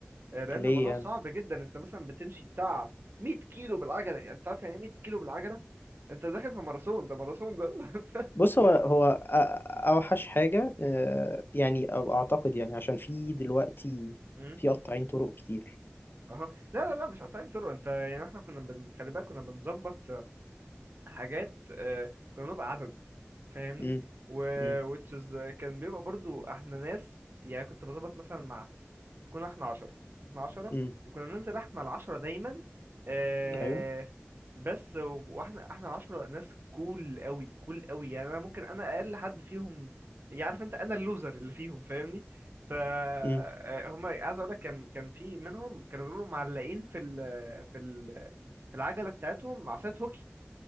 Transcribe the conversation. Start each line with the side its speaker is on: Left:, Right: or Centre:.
Right: آه، لان
Left: ليه
Right: الموضوع
Left: يعني
Right: صعب جدا انت مثلا بتمشي بتاع 100 كيلو بالعجله يعني انت عارف يعني ايه 100 كيلو بالعجله انت داخل في ماراثون ده ماراثون ده <laughs>
Left: بص هو هو أ- اوحش حاجه آه، يعني أو اعتقد يعني عشان في دلوقتي
Right: امم
Left: في قطاعين طرق كتير
Right: اهو لا لا لا مش قاطعين طرق انت يعني احنا كنا بن- خلي بالك كنا بنظبط حاجات آه، كنا بنبقى عدد فاهمني
Left: امم
Right: و
Left: امم
Right: which is كان بيبقى برضو احنا ناس يعني كنت بظبط مثلا مع كنا احنا عشرة احنا عشرة
Left: امم
Right: وكنا ننزل احنا العشرة دايما آه
Left: ايوه
Right: بس و- واحنا احنا العشرة ناس كول قوي كول قوي يعني انا ممكن انا اقل حد فيهم يعرف انت انا اللوزر اللي فيهم فاهمني ف آه،
Left: امم
Right: هما عايز اقول لك كان كان في منهم كانوا بيبقوا معلقين في ال في ال في العجلة بتاعتهم عصاية هوكي